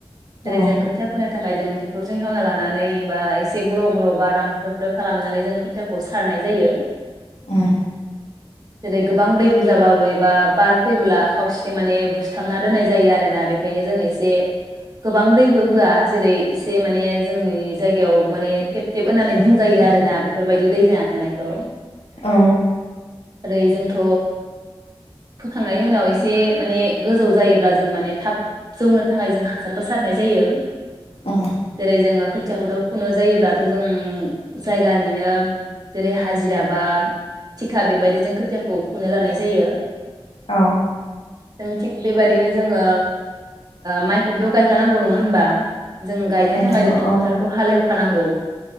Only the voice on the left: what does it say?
औ
उ
औ।
उम
औ
गायनांगौ
औ